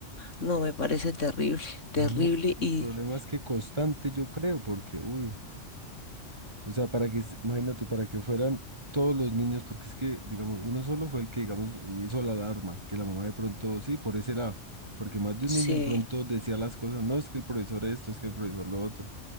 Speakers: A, on the left; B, on the right.
A: No, me parece terrible, terrible
B: no, el
A: y
B: problema es que constante yo creo, porque, uy. O sea, para que, s- imagínate, para que fueran todos los niños, porque es que, digamos, uno solo fue el que, digamos, hizo la alarma, que la mamá de pronto, sí, por ese lado, porque más de
A: sí
B: un niño de pronto decía las cosas, no, es que el profesor esto, es que el profesor lo otro.